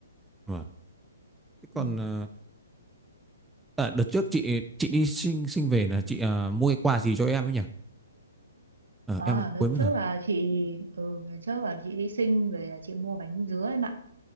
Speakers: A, in the centre; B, on the right.
A: vâng. Thế
B: ừ.
A: còn ờ, Ờ, đợt trước chị chị đi sinh sinh về là chị à, mua cái quà gì cho em ấy nhỉ? Ờ,
B: à
A: em
B: lần
A: quên mất
B: trước
A: rồi.
B: là chị ừ lần trước là chị đi Sing về là chị mua bánh dứa em ạ